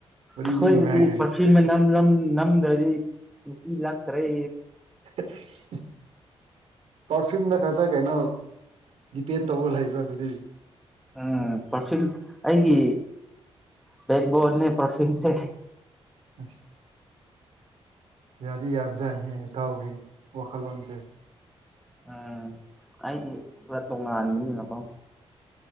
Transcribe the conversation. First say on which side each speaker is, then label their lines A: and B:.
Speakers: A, on the right (about 75°); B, in the centre.
A: ꯋꯥꯔꯤꯗꯤ
B: ꯑꯈꯣꯏꯗꯗꯤ
A: ꯅꯨꯡꯉꯥꯏꯈ꯭ꯔꯦ
B: ꯄꯔꯐꯤꯌꯨꯝ ꯃꯅꯝ ꯂꯝ ꯅꯝꯗ꯭ꯔꯗꯤ ꯅꯨꯄꯤ ꯂꯥꯛꯇꯔꯦ
A: ꯑꯁ ꯄꯥꯔꯐꯤꯌꯨꯝꯗ ꯈꯛꯇ ꯀꯩꯅꯣ ꯗꯤꯄꯦꯟ ꯇꯧꯕ ꯂꯩꯕ ꯑꯗꯨꯗꯤ
B: ꯎꯝ ꯄꯔꯐꯤꯌꯨꯝ ꯑꯩꯒꯤ ꯕꯦꯛꯕꯣꯟꯅꯦ ꯄꯔꯐꯤꯌꯨꯝꯁꯦ
A: ꯑꯁ ꯌꯥꯗꯤ ꯌꯥꯕꯖꯥꯠꯅꯤꯍꯦ ꯏꯇꯥꯎꯒꯤ ꯋꯥꯈꯜꯂꯣꯟꯁꯦ
B: ꯎꯝ ꯑꯩꯗꯤ ꯈꯔ ꯇꯣꯡꯉꯥꯟꯕꯅꯤꯅꯀꯣ